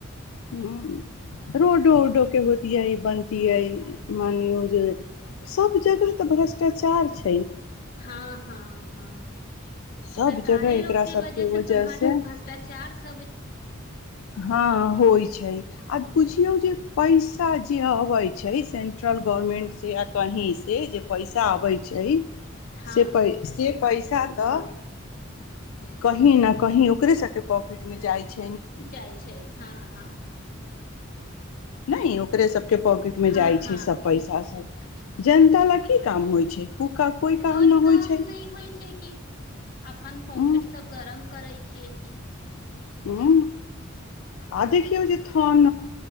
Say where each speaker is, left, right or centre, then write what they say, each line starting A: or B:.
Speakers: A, on the left; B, on the left.
A: हु रोडो ओडो के होतीयै बन्द तियै मान लौ जे सब जगह तऽ भ्रष्टाचार छैय।
B: हँ हँ हँ
A: सब
B: सरकारे
A: जगह
B: लोग
A: एकरा
B: के
A: सबके
B: वजह से तऽ
A: से
B: भ्रष्टाचार सब
A: हँ होइ छैय आ बुझियौ जे पैसा जे बय छैय सेंट्रल गवर्नमेंट से आ कहींसँ जे पैसा अबै छैय
B: हँ
A: से प से पैसा तऽ कही ने कही ओकरे सबके पॉकेट मे जाइ छैय।
B: जाइ छैय हँ हँ
A: ने ओकरे सब के पॉकेट मे
B: हँ
A: जाइ छैय
B: हँ
A: सब पैसा सब ज ालए की काम होइ छै क
B: कोइ
A: न
B: काम
A: होइ छै
B: नहि होइ छै कि अपन पॉकेट
A: ह
B: सब गरम करै छै छिय की
A: ह आ देखौ जे थन